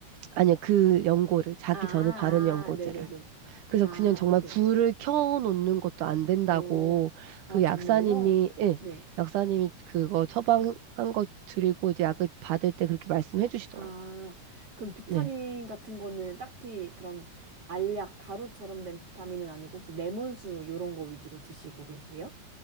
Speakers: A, on the right; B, on the right.
A: 아니요, 그 연고를, 자기
B: 아, 아,
A: 전에 바른 연고들을.
B: 아. 네네네.
A: 그래서
B: 아,
A: 그냥 정말
B: 네.
A: 불을 켜놓는 것도 안 된다고
B: 어, 아,
A: 그 약사님이,
B: 정말요?
A: 예,
B: 네.
A: 약사님이 그거 처방한 거 드리고 이제 약을 받을 때 그렇게 말씀해 주시더라고요.
B: 아, 그럼 비타민
A: 네.
B: 같은 거는 딱히 그런 알약, 가루처럼 된 비타민은 아니고 혹시 레몬수 요런 거 위주로 드시고 계세요?